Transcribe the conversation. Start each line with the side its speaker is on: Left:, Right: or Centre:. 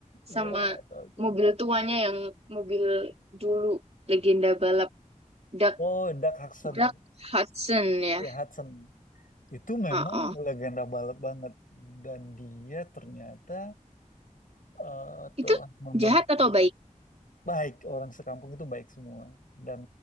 Left: Iya,
Right: sama
Left: tahu itu.
Right: mobil tuanya yang mobil dulu legenda balap Doug
Left: Oh, Doug Hudson.
Right: Doug Hudson ya
Left: Ya Hudson. Itu memang
Right: oh, oh.
Left: legenda balap banget dan dia ternyata eh, telah
Right: itu
Left: memenang
Right: jahat atau baik
Left: baik orang sekampung itu baik semua dan